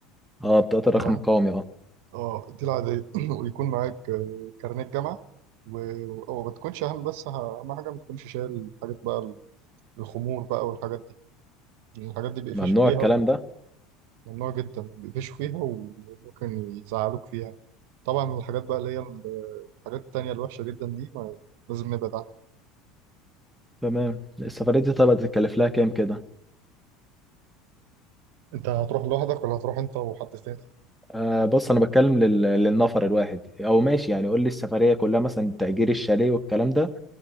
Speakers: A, in the centre; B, on the right.
A: اه بطاقة الرقم
B: تمام
A: القومي اه
B: اه دي العادية <clears throat> ويكون معاك آه، كارنيه جامعة و- و- وما تكونش أهم بس ه- أهم حاجة ما تكونش شايل حاجات بقى الخمور بقى والحاجات دي يعني الحاجات دي بيقفشوا
A: ممنوع
B: فيها
A: الكلام ده
B: وممنوع جدا بيقفشوا فيها وممكن يزعلوك فيها طبعا الحاجات بقى اللي هي ال- الحاجات التانية الوحشة جدا دي ما لازم نبعد عنها
A: تمام السفرية دي طب هتتكلف لها كام كده
B: أنت هتروح لوحدك ولا هتروح أنت وحد تاني؟
A: آه بص انا بتكلم لل... للنفر الواحد او ماشي يعني قول لي السفرية كلها مثلا تأجير الشاليه والكلام ده